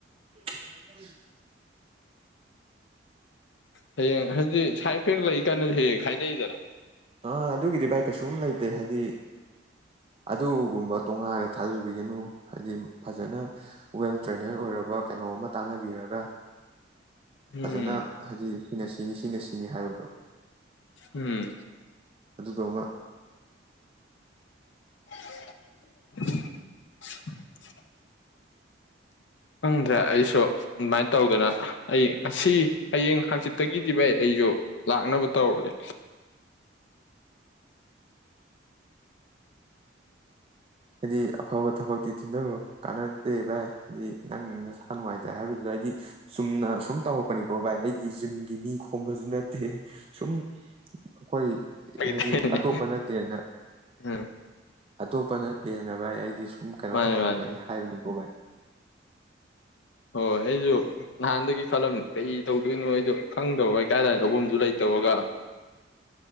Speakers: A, on the right (about 30°); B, on the left (about 75°).
A: <unintelligible>
B: ꯍꯌꯦꯡ ꯍꯧꯖꯤꯛ ꯁꯥꯏꯠ ꯏꯐꯦꯛ ꯂꯩꯔꯤ ꯀꯥꯟꯅ ꯍꯌꯦꯡ ꯍꯥꯏꯅꯩꯗꯅ
A: ꯑ ꯑꯗꯨꯒꯤꯗꯤ ꯥꯏ ꯀ ꯁꯨꯝ ꯂꯩꯗꯦ ꯍꯥꯏ ꯍꯥꯏꯗꯤ ꯑꯗꯨꯒꯨꯝꯕ ꯇꯣꯉꯥꯟꯅ ꯊꯥꯖꯕꯤꯒꯅꯨ ꯍꯥꯏꯗꯤ ꯐꯖꯅ ꯋꯦꯜ ꯇ꯭ꯔꯦꯅꯦꯠ ꯑꯣꯏꯔꯕ ꯀꯩꯅꯣꯝ ꯇꯥꯟꯅꯕꯤꯔꯒ
B: ꯎꯝ
A: ꯐꯖꯅ ꯍꯥꯏꯗꯤ ꯁꯤꯅ ꯁꯤꯅꯤ ꯁꯤꯅ ꯁꯤꯅꯤ ꯍꯥꯏꯕꯗꯣ
B: ꯎꯝ
A: ꯑꯗꯨꯗꯣꯃ
B: <unintelligible> <unintelligible> ꯈꯪꯗ꯭ꯔꯦ ꯑꯩꯁꯨ ꯑꯗꯨꯃꯥꯏꯅ ꯇꯧꯗꯅ ꯑꯩ ꯉꯁꯤ ꯍꯌꯦꯡ ꯍꯥꯡꯆꯤꯠꯇꯒꯤꯗꯤ ꯚꯩ ꯑꯩꯁꯨ ꯂꯥꯛꯅꯕ ꯇꯧꯔꯒꯦ
A: ꯍꯥꯏꯗꯤ ꯑꯐꯕ ꯊꯕꯛꯇꯤ ꯊꯤꯟꯊꯕ ꯀꯥꯟꯅꯗꯦ ꯚꯥꯏ ꯍꯥꯏꯗꯤ ꯅꯪ ꯅꯁꯥ ꯅꯨꯡꯉꯥꯏꯇ ꯍꯥꯏꯕꯗꯨꯗ ꯍꯥꯏꯗꯤ ꯆꯨꯝꯅ ꯁꯨꯝ ꯇꯧꯔꯛꯄꯅꯤꯀꯣ ꯚꯥꯏ ꯑꯩꯗꯤ ꯖꯤꯝꯒꯤ ꯃꯤ ꯈꯣꯝꯕꯁꯨ ꯅꯠꯇꯦ ꯁꯨꯝ ꯑꯩꯈꯣꯏ ꯍꯥꯏꯗꯤ
B: ꯇꯅꯦ
A: ꯑꯇꯣꯞꯄ ꯅꯠꯇꯦꯅ
B: ꯎꯝ
A: ꯑꯇꯣꯞꯄꯅ ꯇꯦꯟꯅ ꯚꯥꯏ ꯑꯩꯗꯤ ꯀꯩꯅꯣ
B: ꯃꯥꯅꯦ
A: ꯇꯧꯍꯟꯅꯤꯡꯕꯒꯤ
B: ꯃꯥꯅꯦ
A: ꯍꯥꯏꯕꯅꯤꯀꯣ ꯚꯥꯏ
B: ꯍꯣꯏ ꯑꯩꯁꯨ ꯅꯍꯥꯟꯗꯒꯤ ꯈꯜꯂꯝ ꯀꯩ ꯇꯧꯗꯣꯏꯅꯣ ꯑꯩꯗꯣ ꯈꯪꯗꯕ ꯑꯩ ꯀꯥꯏꯗꯥꯏꯅ ꯑꯍꯨꯝꯁꯨ ꯂꯩꯇꯕꯒ